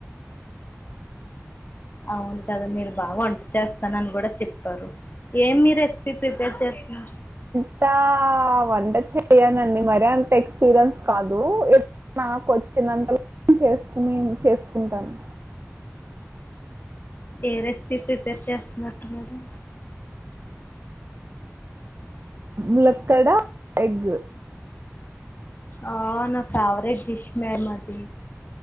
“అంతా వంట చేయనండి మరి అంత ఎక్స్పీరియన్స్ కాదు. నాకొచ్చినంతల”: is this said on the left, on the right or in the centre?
Right